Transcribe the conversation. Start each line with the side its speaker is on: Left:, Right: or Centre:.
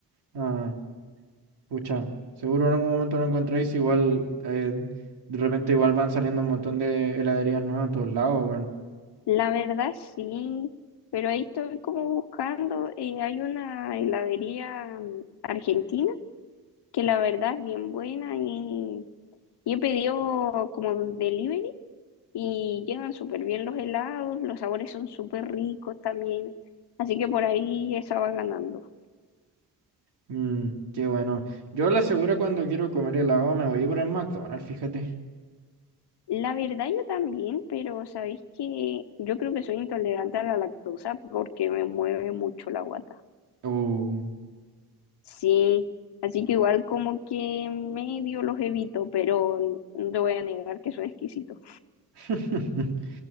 Right: Ah, pucha. Seguro en algún momento lo encontráis. Igual, eh, de repente igual van saliendo un montón de heladerías nuevas a todos lados, weón.
Left: La verdad sí, pero ahí estoy como buscando, eh, hay una heladería mm, argentina que la verdad es bien buena y, y he pedido como delivery y llegan súper bien los helados, los sabores son súper ricos también, así que por ahí esa va ganando.
Right: Mm, qué bueno. Yo la aseguro cuando quiero comer helado me voy por el McDonald's, fíjate.
Left: La verdad yo también, pero sabéis que yo creo que soy intolerante a la lactosa porque me mueve mucho la guata.
Right: Uh.
Left: Sí, así que igual como que medio los evito, pero no te voy a negar que son exquisitos.
Right: <laughs>